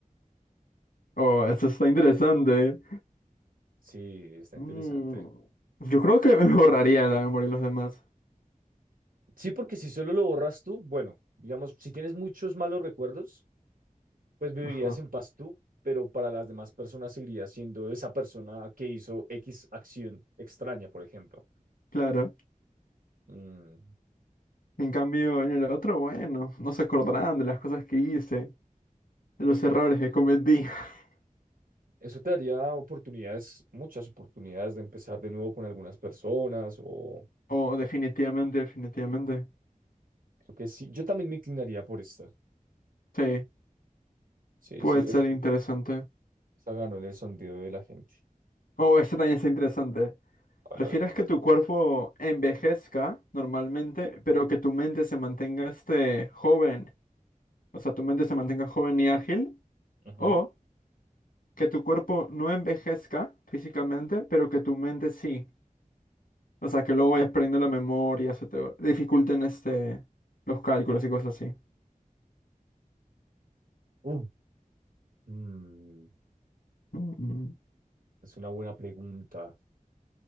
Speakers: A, on the left; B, on the right.
A: Oh, esto está interesante.
B: Sí, está
A: Mm,
B: interesante.
A: yo creo que me <laughs> borraría la memoria de los demás.
B: Sí, porque si solo lo borras tú, bueno, digamos, si tienes muchos malos recuerdos, pues vivirías
A: Ajá,
B: en paz tú, pero para las demás personas seguirías siendo esa persona que hizo X acción extraña, por ejemplo.
A: claro.
B: Mm,
A: En cambio, en el otro, bueno, no se acordarán de las cosas que hice, de los errores que cometí. <laughs>
B: Eso te daría oportunidades, muchas oportunidades de empezar de nuevo con algunas personas o
A: Oh, definitivamente, definitivamente.
B: creo que sí. Yo también me inclinaría por esta.
A: Sí,
B: Sí,
A: puede
B: sí,
A: ser
B: esa,
A: interesante.
B: esa ganó en el sondeo de la gente.
A: Oh, este también está interesante.
B: A
A: ¿Prefieres
B: ver.
A: que tu cuerpo envejezca normalmente, pero que tu mente se mantenga este joven? O sea, tu mente se mantenga joven y ágil.
B: ujú.
A: O que tu cuerpo no envejezca físicamente, pero que tu mente sí. O sea, que luego vayas perdiendo la memoria, se te va- dificulten este, los cálculos y cosas así.
B: Uh, mm,
A: Mm,
B: es una buena pregunta.